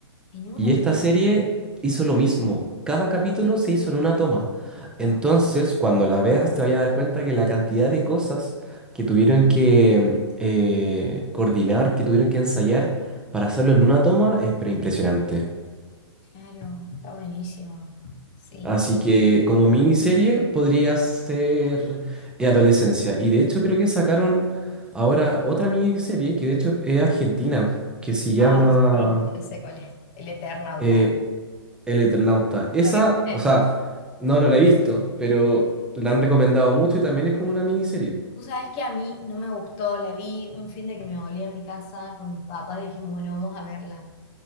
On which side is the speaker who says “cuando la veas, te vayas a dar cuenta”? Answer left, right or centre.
Centre